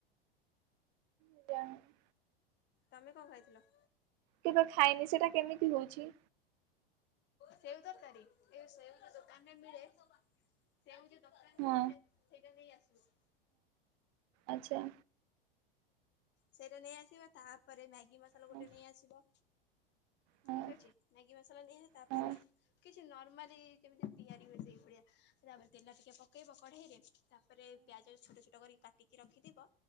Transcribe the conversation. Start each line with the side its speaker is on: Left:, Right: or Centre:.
Right: <unintelligible>
Left: ତମେ କଣ ଖାଇଥିଲ?
Right: କେବେ ବି ଖାଏନି ସେଟା କେମିତି ହଉଛି?
Left: ସେଉ ତରକାରୀ ଏ ସେଉ ତ ଦୋକାନରେ ମିଳେ ସେଉ ଯୋଉ ଦୋକାନରେ
Right: ହଁ
Left: ମିଳେ ସେଇଟା ନେଇ ଆସିବ
Right: ଆଚ୍ଛା।
Left: ସେଇଟା ନେଇଆସିବ ତାପରେ ମ୍ୟାଗି ମସଲା ଗୋଟେ
Right: ହଁ
Left: ନେଇ ଆସିବ
Right: ହଁ।
Left: ଠିକ୍ ଅଛି ମ୍ୟାଗି ମସଲା ନେଇଆସିଲେ ତାପରେ
Right: ହଁ।
Left: ଏମିତି ନର୍ମାଲି ଯେମିତି ତିଆରି ହୁଏ ସେଇଭଳିଆ। ତାପରେ ତେଲ ଟିକେ୍ ପକେଇବ କଢେଇରେ ତାପରେ ପିଆଜ ଛୋଟ ଛୋଟ କରିକି କାଟିକି ରଖିଥିବ